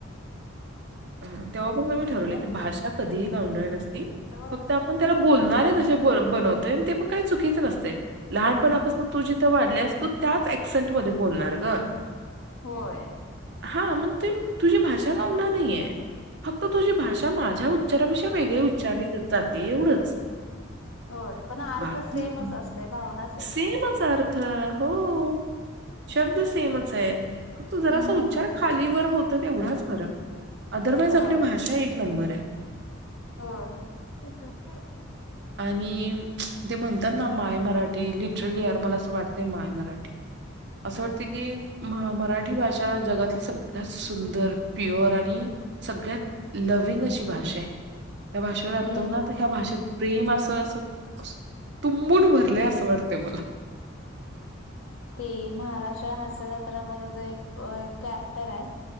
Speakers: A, on the right; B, on the left.
A: ह तेव्हा पण म मी ठरवले
B: ह ह
A: की भाषा कधीही
B: ह
A: गावंढळ नसती
B: हम्म.
A: फक्त आपण त्याला बोलणारेच असे ब बनवतय, आणि ते पण काही चुकीच नसते. लहानपणापासन तू जिथं वाढल्यास, तू त्याच ऍक्सेंट मध्ये बोलणार ग.
B: होय.
A: हा मग ती तुझी भाषा गावंढळ नाहीये. फक्त तुझी भाषा माझ्या माझ्या उच्चारापेक्षा वेगळे उच्चार जाते एवढंच.
B: हो पण अर्थ
A: बाकी
B: सेमच असतय. भावना
A: सेमच अर्थ, हो. शब्द सेमच आहेत. फक्त जरा
B: हम्म
A: उच्चार खालीवर होत तो तेवढाच फरक. अदरवाईज
B: ह
A: आपली भाषा एक नंबर आहे.
B: होय <unintelligible>
A: आणि ते म्हणतात ना माय मराठी लिटलरी यार, मला असं वाटत ते माय मराठी. असं वाटते की मराठी भाषा जगातली सगळ्यात सुंदर, प्युअर आणि सगळ्यात नविन्य अशी भाषा आहे. या भाषेवर आतोनात
B: हम्म
A: ह्या भाषेत प्रेम असं असं, तुंबून भरलंय असं वाटते मला.
B: ते महाराष्ट्र हास्य जत्रामध्ये तर, एक कॅरेक्टर आहे